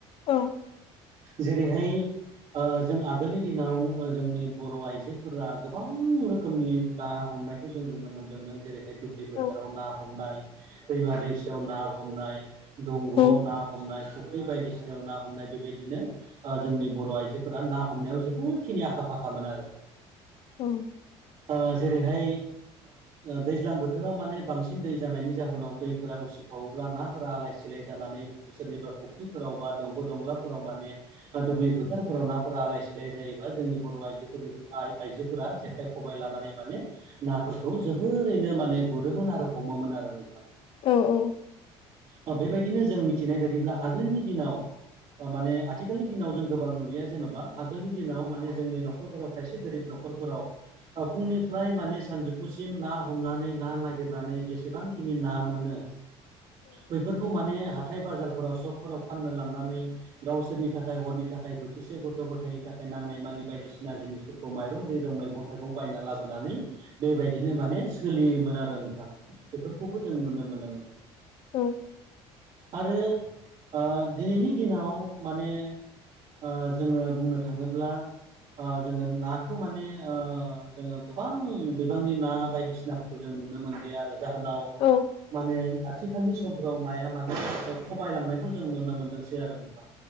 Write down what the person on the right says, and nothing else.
जेरैहाय जों आगोलनि दिनाव जोंनि बर' आइजोफोरा गोबां रोखोमनि ना हम हमनायखौ जों नुनो मोनदोंमोन जेरैहाय दुब्लि फोथाराव
ना हमनाय दैमा दैसायाव ना हमनाय। दंग'आव
ना हमनाय फुख्रि बायदिसिनायाव ना हमनाय बेबायदिनो जोंनि बर' आइजोफोरा ना हमनायाव जोबोदखिनि आखा फाखामोन आरो
ओ जेरैहाय दैज्लां बोथोराव माने बांसिन दै जानायनि जाहोनाव दैफोरा उसिफावो। उसिफावोब्ला नाफोरा आलाय सिलाय जानानै सोरनिबा फुख्रिफोराव बा दंग' दंलाफोराव माने दुब्लि फोथारफोराव नाफोरा आलाय सिलाय जायोबा जोंनि बर' आइजोफोरा जेखाइ खबाइ लानानै। मे माने नाफोरखौ जोबोरैनो माने गुरोमोन आरो हमोमोन आरो नोंथां।
बेबायदिनो जों मिथिनाय बायदिब्ला आगोलनि दिनाव माने आथिखालनि दिनाव जों गोबां नुलिया जेन'बा आगोलनि दिनाव माने जोंनि न'खरफोराव खायसे गोरिब न'खर फोराव फुंनिफ्राय माने सानजौफु सिम ना हमनानै ना नागिरनानै जेसेबांखिनि ना मोनो। बैफोरखौ माने हा हाथाइ बाजारफोराव सकफोराव फाननो लांनानै गावसोरनि थाखाय हरनि थाखाय बोथिसे गथ' गथायनि थाखाय नांनाय मानि बायदिसिना जिनिसफोरखौ माइरं दैरं मैगं थाइगं बायना लाबोनानै। बेबायदिनो माने सोलियोमोन आरो नोंथां बेफोरखौबो जों नुनो मोनोमोन।
आरो ओ दिनैनि दिनाव माने ओ जोङो बुंनो थाङोब्ला जोङो नाखौ माने जोङो गोबां बिबांनि ना बायदिसिनाफोरखौ जों नुनो मोनलिया आरो जाहोनाव
माने आथिखालनि समफ्राव नाया माने खमायलांनायखौ जों नुनो मोनदोंसै आरो नोंथां।